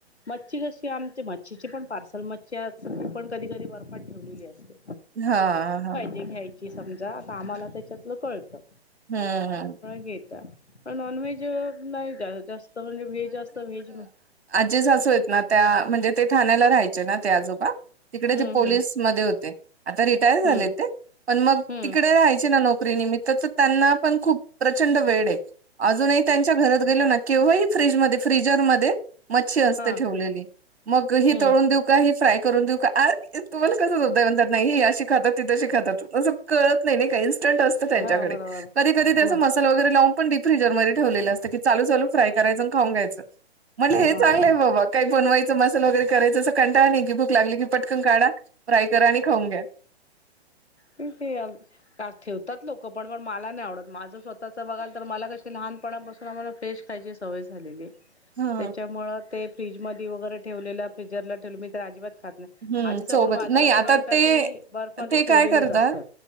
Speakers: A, on the left; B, on the right.
A: मच्छी कशी आमची मच्छीची पण पार्सल मच्छी असती ती पण कधी, कधी बर्फात ठेवलेली असते.
B: हा हा.
A: हे घ्यायची समजा आता आम्हाला त्याच्यातलं कळतं.
B: हम्म, हम्म,
A: घेता नॉन व्हेज नाही जास्त म्हणजे व्हेज मी जास्त व्हेज
B: आजे सासू आहेत ना त्या म्हणजे ते ठाण्याला राहायचे ना ते आजोबा. तिकडे
A: हम्म
B: ते पोलीस
A: हम्म
B: मध्ये होते आता रिटायर
A: हम्म
B: झाले ते? पण मग
A: हम्म
B: तिकडे राहायचे ना नोकरी निमित्त त्याचं त्यांना पण खूप प्रचंड वेड आहे अजूनही त्यांच्या घरात गेलो ना केव्हाही फ्रीज, फ्रीजर मध्ये मच्छी असते
A: हा
B: ठेवलेली मग हि
A: हम्म
B: तळून देऊ का हे फाय करून देऊ का आरे तुम्हाला कसं समजतं नाही, नाही हे अशी खातात. ते कशी खात कळत नाही का इंस्टंट असतं त्यांच्याकडे
A: हा बरोबर
B: कधी, कधी ते
A: मग
B: मसाला लावून पण डी फ्रीज मध्ये ठेवलेल्या असत कि चालु, चालु फ्राय खाऊन घायचं. म्हणले हे
A: हा
B: चांगलं आहे बाबा. काही बनवायचं मसाल वगैरे करायचं असं कंटाळं नाही की भूक लागली की पटकन काढा फ्राय करा आणि खाऊन घ्या.
A: त फल. <unintelligible> का ठेवतात लोकं पण, पण मला नाही आवडत माझं स्वतःचं बघाल तर मला कसे लहान पणा पासून आम्हाला फिश खायची सवय झालेली आहे.
B: हा.
A: त्याच्यामुळ ते फ्रीज मध्ये वगैरे ठेवलेलं फ्रिजरला ठेवलं मी तर अजिबात खात नाही.
B: हम्म,
A: आधीच
B: चव
A: आपण
B: बदल
A: बाजारातून
B: नाही आता
A: आणता
B: ते
A: बर्फमध्ये
B: ते काय
A: ठेवलेलंच
B: करतात
A: असतं